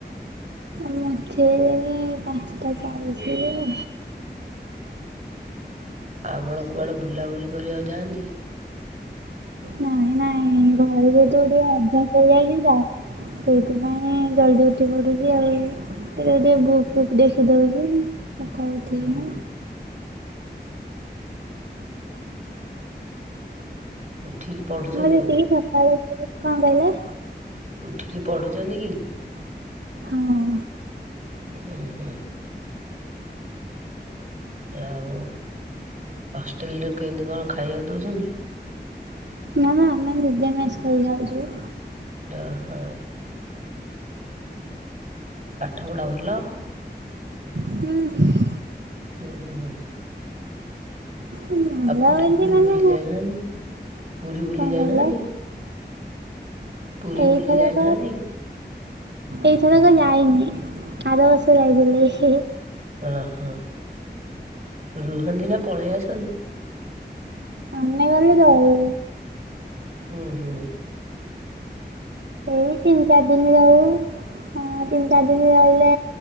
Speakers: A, on the right (about 75°); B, on the right (about 40°).
A: ମୁଁ ଉଠିଲିଣୀ ପାନ୍ସଟା ଚାଳିଶିରେ।
B: ଆପଣ କୁଆଡେ ବୁଲାବୁଲି କରିବାକୁ ଯାଆନ୍ତି?
A: ନାଇଁ ନାଇଁ ଘରେ ଯେହେତୁ ଟିକେ <unintelligible> ଗାଁ। ସେଇଥିପାଇଁ ଜଲଦି ଉଠିପଡୁଚି ଆଉ ଟିକେ ଯୋଉ ବୁକ୍
B: ଉଁ
A: ଫୁକ ଦେଖ୍ ଖିଦଉଚି ସଖାଳୁ ଉଠିକିନା।
B: ହୁଁ ଉଠିକି। ପଢୁଛନ୍ତି
A: ମୋର ଯେତିକି
B: ବୋଧେ?
A: ସକାଳେ ଉଠିକି କଣ କହିଲେ?
B: ଉଠିକି ପଢୁଛନ୍ତି କି?
A: ହଁ।
B: ହୁଁ ହୁଁ। ଆଉ ହଷ୍ଟେଲରେ କେନ୍ତି କଣ ଖାଇବାକୁ ଦଉଚନ୍ତି?
A: ନା ନା ଆମେ ନିଜେ ମେସ କରି ଯାଉଛୁ।
B: ଇଆ ହ ପାଠପଢ଼ା ଭଲ?
A: ହୁଁ
B: ଉଁ ହୁଁ ହୁଁ
A: ଭଲ
B: ଆ
A: ବୋଲି
B: ପୁରୀ ଫୁରୀ
A: ମାନେ
B: ବୁଲି ଯାଇନାହାନ୍ତିିି, ପୁରୀ ବୁଲି
A: କଣ
B: ଯାଇନାହାନ୍ତିି?
A: କହିଲେ
B: ପୁରୀ
A: ଏଇଥରକ
B: ବୁଲି ଯାଇନାହାନ୍ତି?
A: ଏଇଥରକ ଯାଇନି ଆର ବର୍ଷ ଯାଇଥିଲି ହି।
B: ଅହ ରୁହନ୍ତି ନା ପଳେଇ ଆସନ୍ତି?
A: ଆମେ ଗଲେ ରହୁ।
B: ଉଁ ହୁଁ
A: ଏଇ ତିନି ଚାରି ଦିନ ରହୁ। ହଁ ତିନି ଚାରି ଦିନ ରହିଲେ